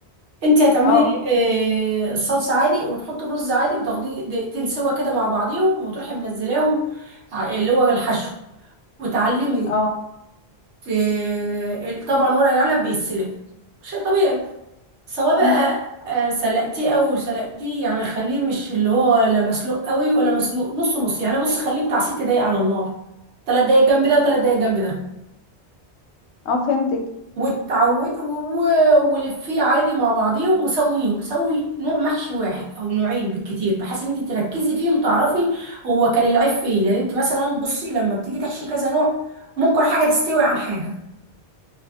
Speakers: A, on the right; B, on the left.
A: انت هتعملي
B: اه
A: آه، الصلصه عادي وتحطي الرز عادي وتاخديه دقيقتين سوا كده مع بعضيهم وتروحي منزلاهم ع- اللي هو الحشو وتعلمي
B: اه
A: ت- ال- طبعا ورق العنب بيتسلق شيء طبيعي سواء بقى
B: مم،
A: آه، سلقتيه او سلقتيه يعني خليه مش اللي هو لا مسلوق قوي ولا مسلوق نص نص يعني بص خليه بتاع ست دقايق على النار ثلاث دقايق جنب ده وثلاث دقايق جنب ده
B: اه فهمتك
A: وتعود و- ولفيه عادي مع بعضيهم وسويهم سوي نوع محشي واحد او نوعين بالكتير بحيث ان انت تركزي فيه وتعرفي هو كان العيب فيه لان انت مثلا بصي لما بتيجي تحشي كذا نوع ممكن حاجه تستوي عن حاجه